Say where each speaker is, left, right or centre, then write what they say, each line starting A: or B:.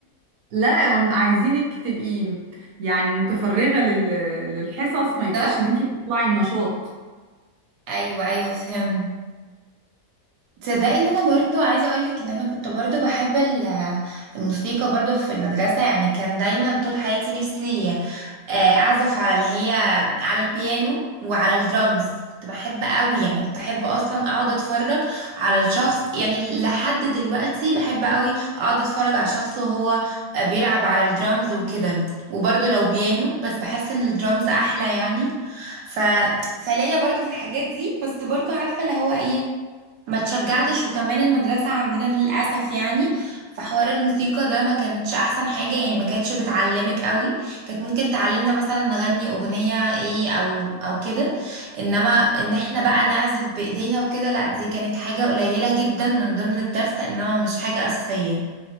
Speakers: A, on the right; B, on the right.
A: لا هم عايزينك تبقي يعني متفرغة لل... للحصص
B: بالظبط
A: ما يبقاش ان انت بتطلعي النشاط
B: ايوه ايوه فهمت تصدقي ان انا برضو عايزه اقولك ان انا كنت برضو بحب ال- الموسيقى برضو في المدرسه يعني كان دايما طول حياتي نفسي آه، اعزف على اللي هي على البيانو وعلى الدرامز كنت بحب قوي يعني كنت احب اصلا اقعد اتفرج على الشخص يعني لحد دلوقتي بحب قوي اقعد اتفرج على شخص وهو آه، بيلعب على الدرامز وكده وبرضو لو بيانو بس بحس ان الدرامز احلى يعني ف... فليا برضو في الحاجات دي بس برضو عارفه اللي هو ايه ما تشجعتش وكمان المدرسة عندنا للأسف يعني في حوار الموسيقى ده ما كانتش أحسن حاجة يعني ما كانتش بتعلمك قوي كانت ممكن تعلمنا مثلا نغني أغنية إيه أو أو كده إنما إن إحنا بقى نعزف بإيدينا وكده لأ دي كانت حاجة قليلة جدا من ضمن الدرس إنما مش حاجة أساسية